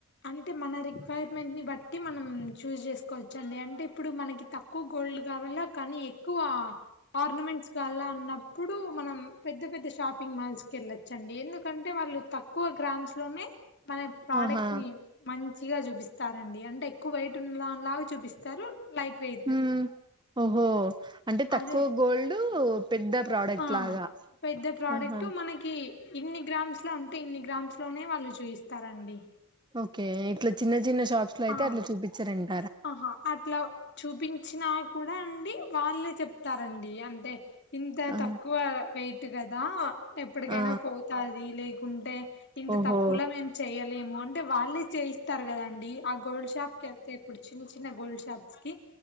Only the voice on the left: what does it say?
అంటే మన రిక్వైర్మెంట్ని బట్టి మనం చూజ్ చేసుకోవచ్చండి. అంటే ఇప్పుడు మనకి తక్కువ గోల్డ్ కావాల కానీ ఎక్కువ ఆర్నమెంట్స్ కావాల అన్నప్పుడు మనం పెద్ద పెద్ద షాపింగ్ మాల్స్ కి వెళ్ళోచ్చండి. ఎందుకు కంటే వాళ్ళు తక్కువ గ్రామ్స్ లోనే మన ప్రోడక్ట్
మంచిగా చూపిస్తారండి అంటే ఎక్కువ వెయిట్ ఉ లావు లావు చూపిస్తరు. లైట్ వెయిట్
అదే
ఆ
పెద్ద ప్రోడక్ట్
మనకి ఇన్ని గ్రామ్స్ లా అంటే ఎన్ని గ్రామ్. గ్రామ్స్ లోనే వాళ్ళు చూయిస్తారండి.
ఆ
ఆహా అట్లా చూపించినా కూడా అండి. వాళ్లే చెప్తారండి అంటే. ఇంత
తక్కువ వెయిట్ కదా ఎప్పటికైనా
పోతాది లేకుంటే ఇంత
తక్కువలో మేము చేయలేము అంటే. వాళ్లే చేయిస్తారు కదండీ. ఆ గోల్డ్ షాప్ కి వెళ్తే. ఇప్పుడు చిన్న చిన్న గోల్డ్ షాప్స్ కి